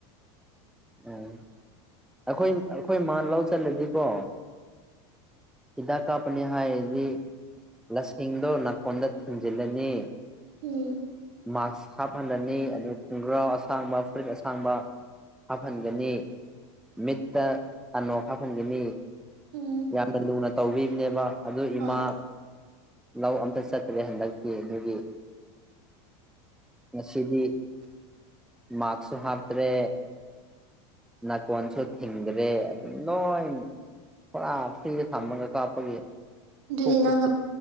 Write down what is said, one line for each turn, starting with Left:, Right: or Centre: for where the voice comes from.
Centre: ꯎꯝ ꯑꯩꯈꯣꯏ ꯑꯩꯈꯣꯏ ꯃꯥ ꯂꯧ ꯆꯠꯂꯗꯤꯀꯣ ꯍꯤꯗꯥꯛ ꯀꯥꯞꯄꯅꯤ ꯍꯥꯏꯔꯗꯤ ꯂꯁꯤꯡꯗꯣ ꯐꯣꯟꯗ ꯊꯤꯟꯖꯤꯜꯂꯅꯤ
Right: ꯎꯝ
Centre: ꯃꯥꯛꯁ ꯍꯥꯞꯍꯜꯂꯅꯤ ꯑꯗꯨ ꯈꯣꯡꯒ꯭ꯔꯥ ꯑꯁꯥꯡꯕ ꯐꯨꯔꯤꯏꯠ ꯑꯁꯥꯡꯕ ꯍꯥꯞꯍꯟꯒꯅꯤ ꯃꯤꯠꯇ ꯑꯅꯣꯛ ꯍꯥꯞꯍꯟꯒꯅꯤ
Right: ꯎꯝ
Centre: ꯌꯥꯝꯅ ꯂꯨꯅ ꯇꯧꯕꯤꯕꯅꯦꯕ ꯑꯗꯨ ꯏꯃꯥ
Right: ꯑꯣ
Centre: ꯂꯧ ꯑꯝꯇ ꯆꯠꯇ꯭ꯔꯦ ꯍꯟꯗꯛꯇꯤ ꯑꯗꯨꯒꯤ ꯉꯁꯤꯗꯤ ꯃꯥꯔꯁꯨ ꯍꯥꯞꯇ꯭ꯔꯦ ꯅꯥꯀꯣꯟꯁꯨ ꯊꯤꯡꯗ꯭ꯔꯦ ꯑꯗꯨꯝ ꯂꯣꯏ ꯄꯨꯔꯥ ꯐ꯭ꯔꯤꯗ ꯊꯝꯃꯒ ꯀꯥꯞꯄꯒꯤ
Right: ꯑꯗꯨꯗꯤ
Centre: ꯀꯣꯛ ꯆꯤꯛꯄ
Right: ꯅꯪꯅ